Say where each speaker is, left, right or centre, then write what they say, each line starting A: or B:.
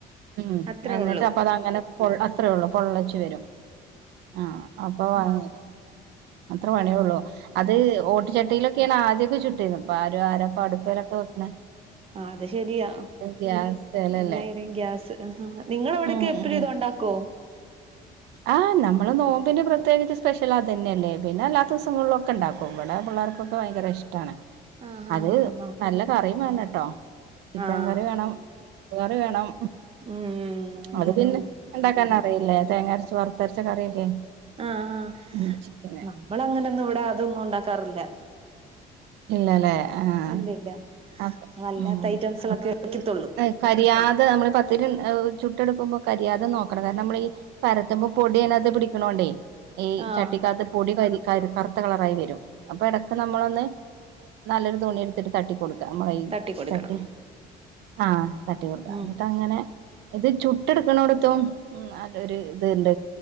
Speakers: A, on the right; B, on the right.
A: ഉം
B: അത്രേ
A: എന്നിട്ട്
B: ഉള്ളൂ
A: അപ്പ അതങ്ങനെ പൊ അത്രെള്ളു പൊള്ളച്ച് വരും ആഹ് അപ്പൊ അങ് അത്ര പണിയൊള്ളു
B: ആഹ്
A: അത് ഓ ചട്ടിയിലൊക്കെയാണ് ആദ്യൊക്ക ചുട്ടിന്ന അപ്പൊ ആരും ആരോപ്പൊ അടുപ്പേലൊക്കെ വെക്ക്ണെ
B: ആഹ് അത് ശെരിയാ
A: ഗ്യാസേലല്ലേ
B: എല്ലാ യിടിം ഗ്യാസ് നിങ്ങളവിടൊക്കെ
A: ഉം
B: ഇപ്പഴും
A: ഉം
B: കൊണ്ടാക്കോ
A: ആഹ് നമ്മള് നോമ്പിൻ്റെ പ്രത്യേകിച്ച് സ്പെഷ്യൽ അതെന്നെയല്ലേ പിന്നെ അല്ലാത്ത ദിവസങ്ങളിലും ഒക്കെ ഉണ്ടാക്കും ഓ ഇവടെ പിള്ളേർക്കൊക്കെ ഭയങ്കര ഇഷ്ടാണ്
B: ആഹ്
A: അത്
B: ആഹ് ആണോ
A: നല്ല കറിം വേണട്ടോ ചിക്കൻ
B: ആഹ്
A: കറി വേണം ബീഫ് കറി വേണം
B: ഉം അതാണ്
A: അത് പിന്നെ
B: ആഹ്
A: ഇണ്ടാക്കാൻ അറിയില്ലേ തേങ്ങ അരച്ച് വറുത്തരച്ച കറിയൊക്കെ
B: ആഹ് ആഹ്
A: ഉം ചിക്കന്
B: നമ്മൾ അങ്ങനൊന്നും ഇവടെ അതൊന്നും ഉണ്ടാക്കാറില്ല
A: ഇല്ലല്ലേ ആഹ്
B: ഇല്ല ഇല്ല
A: അപ്പം
B: നമ്മളല്ലാത്ത
A: ഉം
B: ഐറ്റംസുകളൊക്കെ
A: ഞമ്മക്കത്
B: വെക്കത്തുള്ളൂ
A: കരിയാതെ നമ്മള് ഇ പത്തിരി ചുട്ടടുക്കുമ്പം കരിയാതെ നോക്കണം കാരണം നമ്മൾ ഈ പരത്തുമ്പോ പൊടി അതിനകത്ത് പിടിക്കണോണ്ടേ ഈ
B: ആഹ്
A: ചട്ടിക്കാത്ത് പൊടി കരി കറുത്ത കളറായി വരും അപ്പൊ എടക്ക് നമ്മളൊന്ന് നല്ലൊരു തുണി എടുത്തിട്ട് തട്ടിക്കൊടുക്ക നമ്മളെ
B: തട്ടി കൊടുക്കണം
A: ചട്ടി ആഹ് തട്ടി കൊടുത്താമതി
B: ഉം ഉം
A: ഇന്നട്ടങ്ങനെ ഇത് ചുട്ട് എടക്ക്ണോട്ത്തും ഉം നല്ല ഒരു ഇത്ണ്ട്